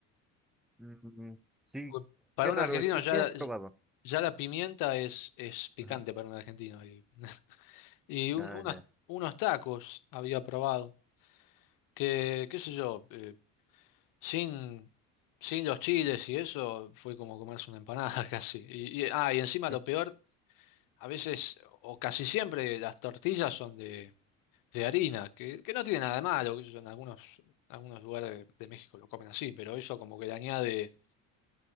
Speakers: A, in the centre; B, on the left.
A: Mm, sí,
B: Porque Para
A: qué raro,
B: un argentino
A: ¿qué,
B: ya
A: qué
B: la,
A: has probado?
B: ya la pimienta es, es picante
A: Ajá,
B: para un argentino. Y, <laughs> y un-
A: ah,
B: unos,
A: ya,
B: unos tacos había probado, que qué sé yo, eh, sin, sin los chiles y eso fue como comerse una empanada <laughs> casi. Y, y- ah, y encima lo
A: <laughs>
B: peor, a veces o casi siempre las tortillas son de de harina, que, que no tiene nada de malo, que en algunos, algunos lugares de, de México lo comen así, pero eso como que le añade,